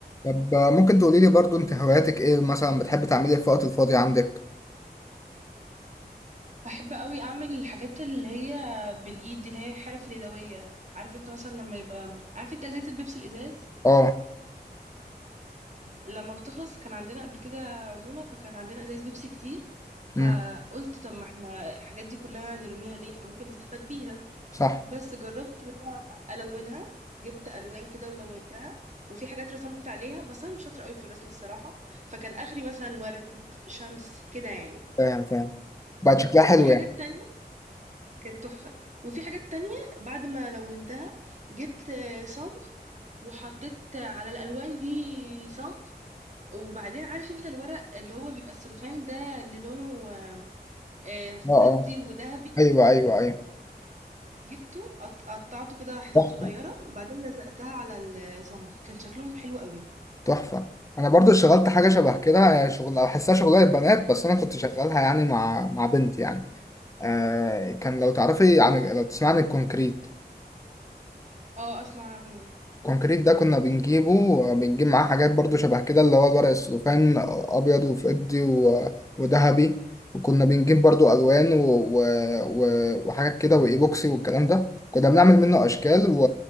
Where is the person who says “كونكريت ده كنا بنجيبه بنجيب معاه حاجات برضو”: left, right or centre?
Left